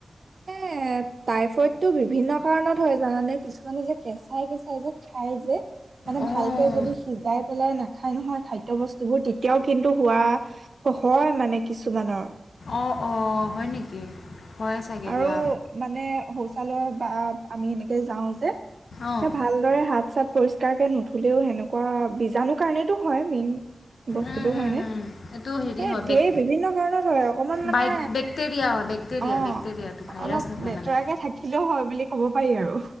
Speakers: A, on the right; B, on the left.
A: এ টাইফইড টো বিভিন্ন কাৰণত হয় জানানে কিছুমানে যে কেঁচাই কেচাই যে খাই যে। মানে
B: অঁ
A: ভালকে যদি সিজাই পেলাই নাখায় নহয় খাদ্য় বস্তু বোৰ, তেতিয়াও কিন্তু হোৱা হয় মানে কিছুমানৰ।
B: অ'অ হয় নেকি? হয় চাগে
A: আৰু
B: দিয়া
A: মানে শৌচালয় বা আমি এনেকে যাও যে, এতিয়া
B: অঁ
A: ভালদৰে হাত চাত পৰিষ্কাৰকে নুধুলেও সেনেকুৱা, বীজাণু কাৰণেতো হয়, মেইন বস্তুতটো।
B: উম, উম,
A: ‌হয়নে
B: উম। এইটো হেৰি
A: সেই
B: হয়
A: ঢেৰ
B: বেক
A: বিভিন্ন কাৰণত হয় অকমান মানে,
B: বাইক বেক্টেৰিয়া হয় বেক্টেৰিয়া
A: অঁ
B: বেক্টেৰিয়াটো ভাইৰাছ
A: অলপ
B: নহয়
A: লেতেৰাকে
B: মানে
A: থাকিলেও হয় বুলি ক'ব হয় আৰু,